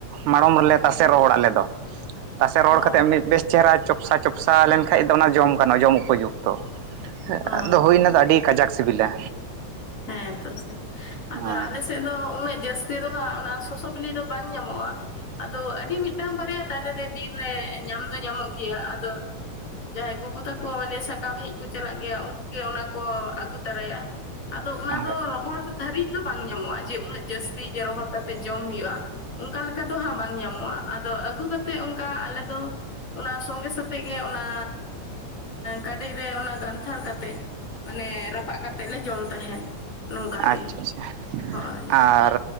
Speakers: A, on the right; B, on the left.
A: ᱢᱟᱲᱚᱢ ᱨᱮᱞᱮ ᱛᱟᱥᱮ ᱨᱚᱦᱚᱲ ᱟᱞᱮ ᱫᱚ ᱛᱟᱥᱮ ᱨᱚᱦᱚᱲ
B: ᱚ
A: ᱠᱟᱛᱮᱜ ᱢᱤᱫ ᱵᱮᱥ ᱪᱮᱦᱨᱟ ᱪᱚᱯᱥᱟ ᱪᱚᱯᱥᱟ ᱞᱮᱱ ᱠᱷᱟᱡ ᱫᱚ ᱚᱱᱟ ᱡᱚᱢ ᱜᱟᱱᱚᱜᱼᱟ ᱡᱚᱢ ᱩᱯᱚᱡᱩᱠ ᱛᱚ
B: ᱚ
A: ᱟᱫᱚ ᱦᱩᱭᱱᱟ ᱫᱚ ᱟᱹᱰᱤ ᱠᱟᱡᱟᱠ ᱥᱤᱵᱤᱞᱟ
B: ᱦᱮᱸ ᱛᱚ ᱥᱮ ᱟᱫᱚ
A: ᱦᱳᱭ
B: ᱟᱞᱮ ᱥᱮᱼᱼ ᱥᱮᱫ ᱫᱚ ᱩᱱᱟᱹᱜ ᱡᱟᱹᱥᱛᱤ ᱫᱚᱦᱟᱸᱜ ᱚᱱᱟ ᱥᱚᱥᱚ ᱵᱤᱞᱤ ᱫᱚ ᱵᱟᱝ ᱧᱟᱢᱚᱜᱼᱟ ᱟᱫᱚ ᱟᱹᱰᱤ ᱢᱤᱫᱴᱟᱝ ᱵᱟᱨᱭᱟ ᱫᱟᱨᱮ ᱨᱮ ᱵᱤᱨ ᱨᱮ ᱧᱟᱢ ᱫᱚ ᱧᱟᱢᱚᱜ ᱜᱮᱭᱟ ᱟᱫᱚᱼᱼ ᱡᱟᱦᱟᱸᱭ ᱜᱚᱜᱚ ᱛᱟᱠᱚ ᱢᱟᱱᱮ ᱥᱟᱠᱟᱢ ᱦᱮᱡ ᱠᱚ ᱪᱟᱞᱟᱜ ᱜᱮᱭᱟ ᱩᱱᱠᱩ ᱜᱮ ᱚᱱᱟ ᱠᱚ ᱟᱹᱜᱩ ᱛᱟᱨᱟᱭᱟ ᱟᱫᱚ ᱚᱱᱟ ᱫᱚ
A: ᱦᱳᱭ
B: ᱨᱚᱦᱚᱲ ᱫᱷᱟᱹᱨᱤᱡ ᱫᱚ ᱵᱟᱝ ᱧᱟᱢᱚᱜᱼᱟ ᱡᱮ ᱩᱱᱟᱹᱜ ᱡᱟᱹᱥᱛᱤ ᱡᱮ ᱨᱚᱦᱚᱲ ᱠᱟᱛᱮ ᱛᱮ ᱡᱚᱢ ᱦᱩᱭᱩᱜᱼᱟ ᱚᱱᱠᱟ ᱞᱮᱠᱟ ᱫᱚ ᱦᱟᱸᱜ ᱵᱟᱝ ᱧᱟᱢᱚᱜᱼᱟ ᱟᱫᱚ ᱟᱹᱜᱩ ᱠᱟᱛᱮᱜ ᱚᱱᱠᱟ ᱟᱞᱮ ᱫᱚᱼᱼ ᱚᱱᱟ ᱥᱚᱸᱜᱮ ᱥᱟᱛᱮᱜ ᱜᱮ ᱚᱱᱟ ᱠᱟᱰᱮᱡ ᱨᱮ ᱚᱱᱟ ᱜᱟᱱᱛᱷᱟᱲ ᱠᱟᱛᱮᱜ ᱢᱟᱱᱮ ᱨᱟᱯᱟᱜ ᱠᱟᱛᱮᱜ ᱞᱮ ᱡᱚᱢ ᱛᱟᱦᱮᱱ ᱱᱚᱝᱠᱟ
A: ᱟᱪᱷᱟ-ᱟᱪᱷᱟ
B: ᱜᱮ ᱦᱳᱭ
A: ᱟᱨ